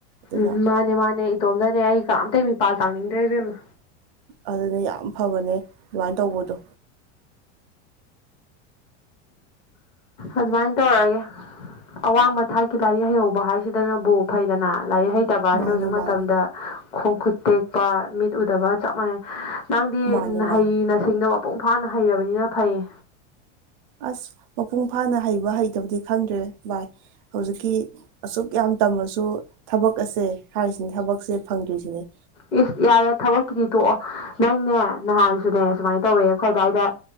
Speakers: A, on the right; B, on the left.
A: ꯑꯗꯨꯅ
B: ꯎꯝ ꯃꯥꯅꯦ ꯃꯥꯅꯦ ꯏꯇꯣꯝꯗꯅꯦ ꯑꯩ ꯀꯅꯥꯝꯇꯩ ꯃꯤꯄꯥꯜ ꯇꯥꯡꯅꯤꯡꯗꯔ‌ꯦ ꯏꯕꯦꯝꯃꯥ
A: ꯑꯗꯨꯅ‌ꯦ ꯌꯥꯝ ꯐꯕꯅꯦ ꯑꯗꯨꯃꯥꯏꯟ ꯇꯧꯕꯗꯣ
B: ꯑꯗꯨꯃꯥꯏꯟ ꯇꯧꯔꯒꯦ ꯑꯋꯥꯡꯕ ꯊꯥꯛꯀꯤ ꯂꯥꯏꯔꯤꯛ ꯍꯩꯍꯧꯕ ꯍꯥꯏꯁꯤꯗꯅꯕꯨ ꯐꯩꯗꯅ ꯂꯥꯏꯔꯤꯛ ꯍꯩ ꯇꯕ ꯑꯁꯤ
A: ꯃꯥꯅꯤ
B: ꯍꯧꯖꯤꯛ ꯃꯇꯝꯗ
A: ꯃꯥꯅꯤ
B: ꯈꯣꯡ ꯈꯨꯨꯠ ꯇꯦꯛꯄ ꯃꯤꯠ ꯎꯗꯕ ꯆꯞ ꯃꯥꯅꯩ ꯅꯪꯗꯤ
A: ꯃꯥꯅꯤ
B: ꯅꯍꯩ
A: ꯃꯥꯅꯤ
B: ꯅꯁꯤꯡꯗ ꯃꯄꯨꯡ ꯐꯥꯅ ꯍꯩꯔꯕꯅꯤꯅ ꯐꯩꯌꯦ
A: ꯑꯁ ꯃꯄꯨꯡ ꯐꯥꯅ ꯍꯩꯕ ꯍꯩꯇꯕꯗꯤ ꯈꯪꯗ꯭ꯔꯦ ꯚꯥꯏ ꯍꯧꯖꯤꯛꯀꯤ ꯑꯁꯨꯛ ꯌꯥꯝ ꯇꯝꯃꯁꯨ ꯊꯕꯛ ꯑꯁꯦ ꯍꯥꯏꯔꯤꯁꯤꯅꯦ ꯊꯕꯛꯁꯦ ꯐꯪꯗ꯭ꯔꯤꯁꯤꯅꯦ
B: ꯏꯁ ꯌꯥꯔꯦ ꯊꯕꯛꯀꯤꯗꯤ ꯇꯣꯛꯑꯣ ꯅꯪꯅꯦ ꯅꯍꯥꯟꯁꯨꯅꯦ ꯁꯨꯃꯥꯏꯟ ꯇꯧꯋꯦ ꯑꯈꯣꯏ ꯑꯗꯥꯏꯗ